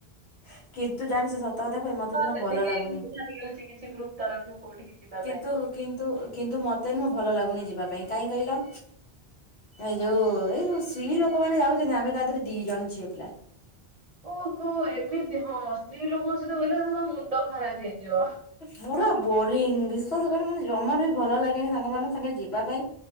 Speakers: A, on the left (about 80°); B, on the right (about 50°).
A: ହଁ! କିନ୍ତୁ ଜାଣିଛ ସତ କଥା କହିବି ମତେ ଜମା
B: ସେତିକି
A: ଭଲ ଲାଗୁନି
B: ସୁବିଧା ମିଳୁଛି କିଛି ଗ୍ରୁପ ତରଫରୁ କୋଉଠିକି ଯିବା
A: କିନ୍ତୁ
B: ପାଇଁ।
A: କିନ୍ କିନ୍ତୁ କିନ୍ତୁ ମତେନୁଁ ଭଲ ଲାଗୁନି ଯିବା ପାଇଁ କାହିଁ କହିଲ ଏଇ ଯୋଉ ଏଇ ଯୋଉ ସ୍ତ୍ରୀ ଲୋକମାନେ ଯାଉଛନ୍ତି ଆମେ ତା ଦେହରେ ଦି ଜଣ ଝିଅ ପିଲା।
B: ଓହୋ ଏମିତି ହଁ ସ୍ତ୍ରୀ ଲୋକଙ୍କ ସହିତ ଗଲେ ତମ ମୁଣ୍ଡ ଖରାପ ହେଇଯିବ!
A: ପୁରା ବୋରିଙ୍ଗ, ବିଶ୍ଵାସ କରିବନି ମାନେ ଜମାରୁ ବି ଭଲ ଲାଗେନି ତାଙ୍କ ମାନଙ୍କ ସାଙ୍ଗରେ ଯିବା ପାଇଁ।